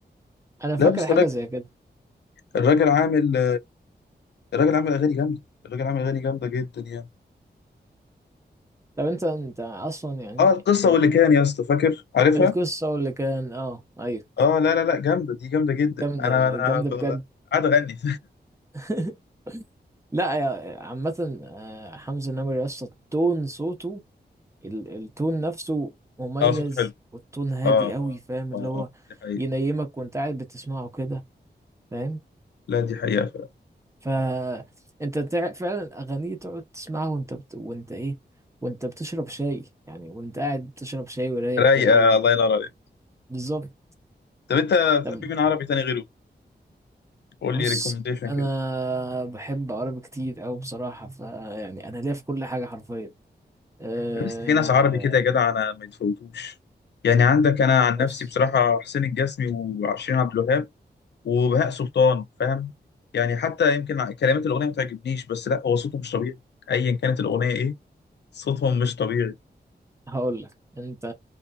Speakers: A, on the right; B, on the left.
A: انا
B: لا
A: فاكر
B: بس
A: حاجه
B: الراجل
A: زي كده
B: الراجل عامل الراجل عامل اغاني جامده الراجل عامل اغاني جامده جدا يعني
A: طب انت انت اصلا يعني
B: اه القصه
A: آه،
B: واللي كان يا اسطى فاكر عارفها
A: القصه اللي كان اه ايوه
B: اه لا لا لا جامده دي جامده جدا
A: جامده
B: انا انا
A: جامده
B: ب-
A: بجد
B: قاعد اغني
A: <laughs> لا يا- عامه آه، حمزه نمرة يا اسطى تون صوته ال- التون نفسه مميز
B: <laughs> اه صوته حلو
A: والتون هادي
B: اه اه
A: قوي فاهم اللي
B: اه
A: هو
B: اه دي حقيقه
A: ينيمك وانت قاعد بتسمعه كده فاهم
B: لا دي حقيقه فعلا
A: فانت تع- فعلا اغانيه تقعد تسمعها وانت بت... وانت ايه وانت بتشرب شاي يعني وانت قاعد بتشرب شاي ورايق
B: رايقه
A: كده و...
B: الله ينور عليك
A: بالظبط
B: طب انت بتحب
A: طب
B: مين عربي تاني غيره قول
A: بص
B: لي ريكومنديشن
A: انا
B: كده
A: بحب عربي كتير قوي بصراحه فيعني انا ليا في كل حاجه حرفيا أه...
B: بس في ناس عربي كده يا جدع انا ما يتفوتوش يعني عندك انا عن
A: بص
B: نفسي بصراحه حسين الجسمي وعشرين عبد الوهاب وبهاء سلطان فاهم يعني حتى يمكن كلمات الاغنيه ما تعجبنيش بس لا هو صوته مش طبيعي ايا كانت الاغنيه ايه صوتهم مش طبيعي
A: هقول لك انت